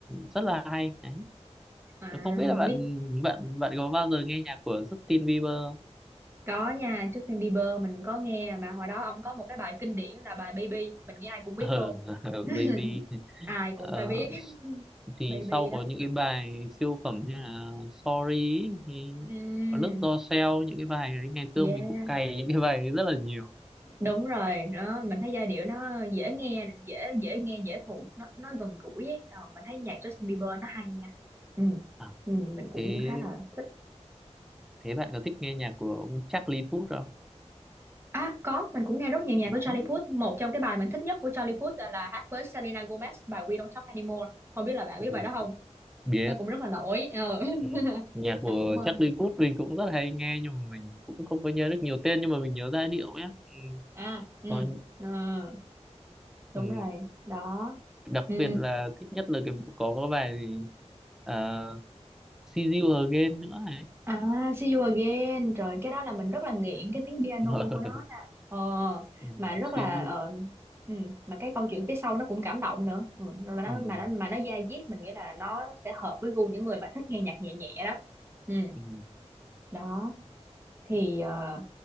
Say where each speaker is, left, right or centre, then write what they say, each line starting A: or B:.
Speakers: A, in the centre; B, on the right (about 20°).
A: rất là hay đấy
B: à,
A: không biết là bạn
B: biết
A: bạn bạn có bao giờ nghe nhạc của Justin Bieber không?
B: Có nha, Justin Bieber mình có nghe mà hồi đó ông có một cái bài kinh điển là bài Baby, mình nghĩ ai cũng biết
A: ờ
B: luôn.
A: <laughs>
B: <laughs>
A: baby
B: Ai cũng
A: Ờ,
B: phải biết. <laughs>
A: thì
B: Baby
A: sau
B: đó.
A: có những cái bài siêu phẩm như là Sorry ý, thì
B: Ừm,
A: có lướt do seo những cái bài đấy ngày
B: yeah,
A: xưa mình cũng cày những cái bài ấy rất là nhiều
B: đúng rồi, đó mình thấy giai điệu nó dễ nghe, nè, dễ dễ nghe, dễ thuộc, nó nó gần gũi ấy. Ờ, mình thấy nhạc Justin Bieber nó hay nha. Ừ.
A: à,
B: Ừ, mình cũng
A: thế
B: khá là thích.
A: thế bạn có thích nghe nhạc của ông Charlie Puth không
B: À có, mình cũng nghe rất nhiều nhạc
A: Đấy.
B: của Charlie Puth. Một trong cái bài mình thích nhất của Charlie Puth là, là hát với Selena Gomez bài We Don't Talk Anymore. Không biết là bạn
A: Ồ,
B: biết bài đó không?
A: biết
B: nó cũng rất là nổi ờ
A: ừ.
B: <laughs>
A: nhạc của
B: nó cũng ờ,
A: Charlie Puth mình cũng rất hay nghe nhưng mà mình cũng không có nhớ được nhiều tên nhưng mà mình nhớ giai điệu nhé ừ.
B: à ừ
A: còn
B: ờ, đúng
A: ừ.
B: rồi đó
A: đặc
B: ừ
A: biệt là thích nhất là cái có cái bài gì uh, See You Again nữa ấy
B: à See You Again trời cái đó là mình rất là nghiện cái tiếng piano
A: <laughs>
B: của nó nha ờ
A: ừ.
B: mà rất
A: See
B: là
A: You
B: ờ, ừ, mà cái câu chuyện phía sau nó cũng cảm động nữa ừ, mà nó
A: ừ.
B: mà nó mà nó da diết mình nghĩ là nó sẽ hợp với gu những người mà thích nghe nhạc nhẹ nhẹ đó ừ
A: Ừ,
B: đó thì ờ,